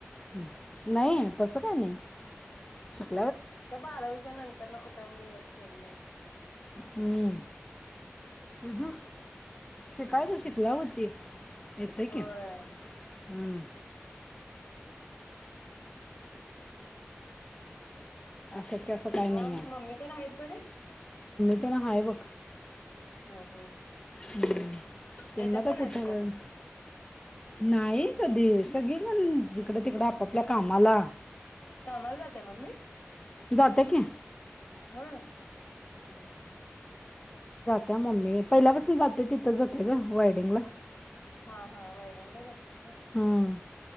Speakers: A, on the left; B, on the left.
A: हम् नाई तसं काय नई च्या
B: ते बारावीच्या नंतर न कुट मी यत चल
A: हूं अह शिकायच शिकल्यावर व्हती येेतय
B: होय
A: कि हूं अशक्य असं काय
B: म
A: नाही
B: मम्मी तेण आहेत बरे
A: तेन हाय बघ
B: हम्म हम्म
A: हूं त्यांना
B: येतात
A: तर
B: का नाही
A: कुठ
B: तुझ्याकडे
A: वेळ नाही कधी सगळीजण जिकडंतिकडं आपापल्या कामाला
B: कामाला जात्या मम्मी
A: जात्या कि
B: होय हूं हूं
A: त्या मम्मी पहिल्यापासन जाते तिथं जाते ग वायडिंगला
B: हा हा वायडिंगला जाते.
A: हूं